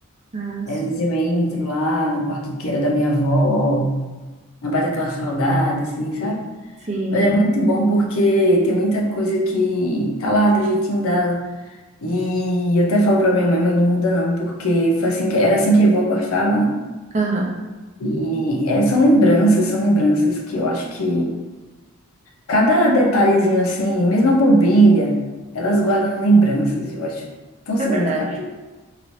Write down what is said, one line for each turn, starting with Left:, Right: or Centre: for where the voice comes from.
Right: Ah,
Left: Aí,
Right: sim.
Left: Às vezes eu entro lá no quarto que era da minha avó, aí bate aquela saudade, assim, sabe?
Right: Sim.
Left: Mas é muito bom porque tem muita coisa que tá lá do jeitinho dela. E eu até falo pra minha mãe, mãe, não muda não, porque foi assim que, era assim que eu vou gostava
Right: Aham.
Left: E é, são lembranças, são lembranças que eu acho que cada detalhezinho assim, mesmo a mobília, elas guardam lembranças, eu acho tão significativo.
Right: É verdade.